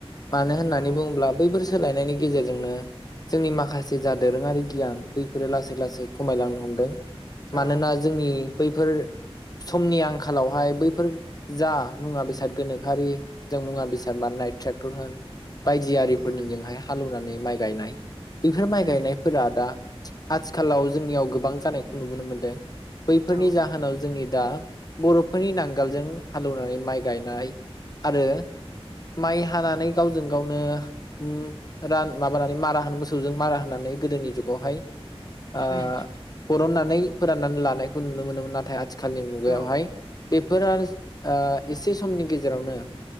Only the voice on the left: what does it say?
मानो होननानै
बुङोब्ला बै फोर सोलायनायनि गेजेरजोंनो जोंनि माखासे जा दोरोङारि गियान बैफोरो लासै लासै खमायलांनो हमदों मानोना
जोंनि बैफोर समनि आंखालावहाय बैफोर जा मुवा बेसाद गोनोखोआरि जों मुवा बेसाद बानाइनाय ट्रेक्टर होन बायदि आरिफोरनिजोंहाय
हालेवनानै माइ गायनाय बेफोर माइ
गायनायफोरा दा आथिखालाव जोंनियाव गोबां जानायखौ नुबोनो मोनदों। फोरनि
जाहोनाव जोंनि दा बर'फोरनि नांगोलजों हालेवनानै माइ गायनाय आरो माइ हानानै गावजों गावनो उम रान माबानानै मारा होनो मोसौजों मारा होनानै गोदोनि जुगावहाय ओ
बरननानै फोराननानै लानाय नुनो मोनोमोन नाथाइ आ खालनि मुगायावहाय
बेफोर आरोस एसे समनि गेजेरावनो